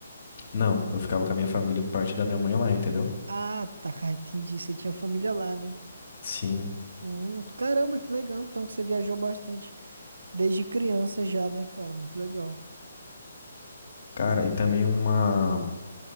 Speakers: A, on the left (about 50°); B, on the right (about 70°).
A: Não, eu ficava com a minha família, parte da minha mãe lá, entendeu?
B: Ah, tá, <laughs> entendi. Você tinha família lá, né?
A: Sim.
B: Hum, caramba, que legal então que você viajou bastante. Desde criança já, né, cara? Muito legal.
A: Cara, e também uma,